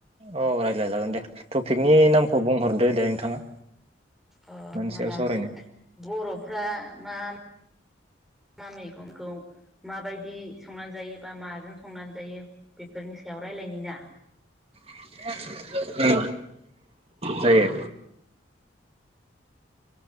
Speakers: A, on the right; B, in the centre.
A: औ रायलाय जागोन दे टपिकनि
B: अ
A: नामखौ बुंहरदो दे नोंथाङा
B: अ
A: मानि
B: माबा
A: सायाव सावरायनो
B: बरफ्रा मा मा मा मैगंखौ माबायदि संनानै जायो बा माजों संनानै जायो बेफोरनि सायाव रायलायनि ना
A: <unintelligible> औ जायो